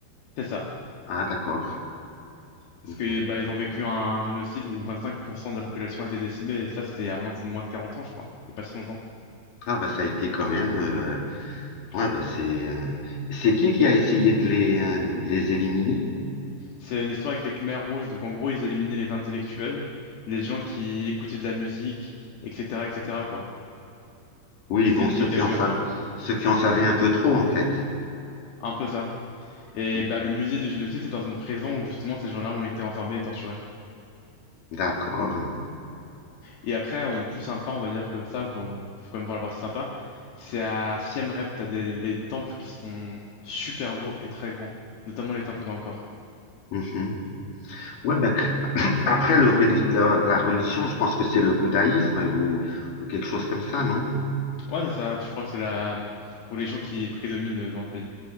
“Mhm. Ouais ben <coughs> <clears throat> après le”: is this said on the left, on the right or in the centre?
Left